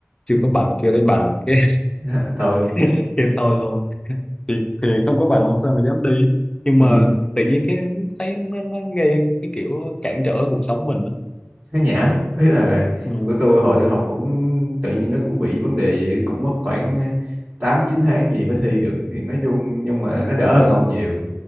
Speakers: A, on the left; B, on the right.
A: chưa
B: <laughs>
A: có bằng chưa lấy bằng cái
B: Dạ, thôi
A: <laughs> cái thôi luôn thì thì không có bằng làm sao mà dám đi nhưng
B: ừ.
A: mà tự nhiên cái thấy nó, nó gây cái kiểu cản trở cuộc sống mình
B: nó nhảm ý là
A: ừ.
B: của tôi hồi tôi học cũng tự nhiên nó cũng bị vấn đề gì, cũng mất khoảng 8 9 tháng gì mới thi được thì nói chung nhưng mà nó đỡ hơn ông nhiều